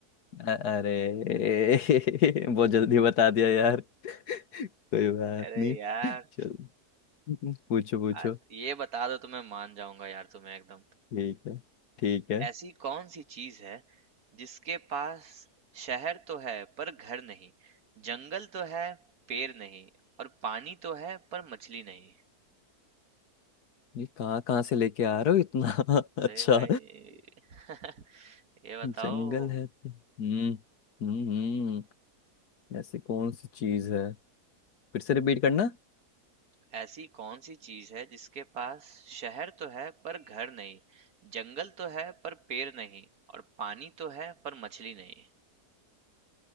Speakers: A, on the left; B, on the right.
A: अ- अरे <laughs> बहुत जल्दी बता दिया यार कोई बात
B: अरे
A: नहीं
B: यार
A: <laughs> चलो पूछो पूछो
B: आ, ये बता दो तो मैं मान जाऊंगा यार तुम्हें एकदम
A: ठीक है ठीक है
B: ऐसी कौन सी चीज है जिसके पास शहर तो है पर घर नहीं जंगल तो है पेड़ नहीं और पानी तो है पर मछली नहीं
A: ये कहाँ कहाँ से लेके आ रहे हो इतना <laughs>
B: अरे
A: अच्छा
B: भाई <laughs> ये बताओ
A: जंगल है तो- हम्म हम्म हम्म, ऐसी कौन सी चीज है फिर से रिपीट करना
B: ऐसी कौन-सी चीज़ है जिसके पास शहर तो है पर घर नहीं, जंगल तो है पर पेड़ नहीं, और पानी तो है पर मछली नहीं?